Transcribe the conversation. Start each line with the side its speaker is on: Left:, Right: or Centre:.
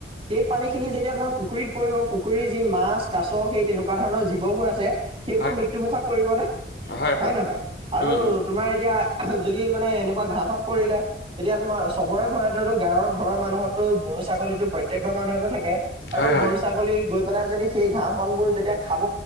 Right: সেই পানীখিনি যেতিয়া তোমাৰ পুখুৰীত পৰি পুখুৰীৰ যি মাছ কাছ সেই তেনেকুৱা ধৰণৰ জীৱ বো ভুৰ আছে সেইবোৰ
Left: হয়
Right: মৃত্যু মুুখত পৰিব নে
Left: হয়
Right: হয়ে
Left: হয়
Right: নহয় আৰু
Left: উম উম
Right: তোমাৰ এতিয়া যদি মানে এনেকুৱা ঘাঁহত পৰিলে। তেতিয়া তোমাৰ চবৰে ঘৰতে গাঁৱৰ ঘৰৰ মানুহতটো গৰু ছাগলীতো প্ৰত্যেক ঘৰৰ মানুহৰটো থাকে। আৰু
Left: হয় হয়
Right: গৰু ছাগলী গৈ পেলাই যদি সেই ঘাঁহ বনবোৰ যেতিয়া খাব